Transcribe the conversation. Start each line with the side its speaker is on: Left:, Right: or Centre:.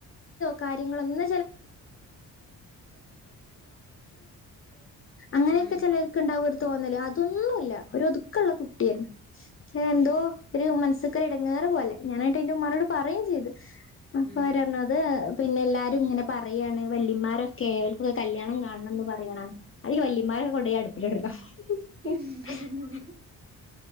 Left: കാര്യങ്ങളൊന്നും അങ്ങനെയൊക്കെ
Right: ഉം
Left: ചിലർക്കിണ്ടാവും ഒരു തോന്നല് തൊന്നുമില്ല ഒരൊതുകൊള്ള കുട്ടിയായിരുന്നു
Right: ഉം
Left: എന്തോ ഒരു മനസ്സക്കര് ഇടങ്ങേറുപോലെ ഞാനായിട്ട് എന്റെുമ്മാനോട് പറയേം ചെയ്ത് അപ്പൊ
Right: ഉം
Left: അവറഞ്ഞത് പിന്നെ എല്ലാരും ഇങ്ങനെ പറയേണ് വല്യന്മാരൊക്കെ കേൾഫ് കല്യാണം കാണംന്ന് പറയാണ് അവിരിക്ക് വയ്യേ മാരെകൊണ്ടേ അടുപ്പിലിടർണം <unintelligible>
Right: എന്തോന്നെന്തോ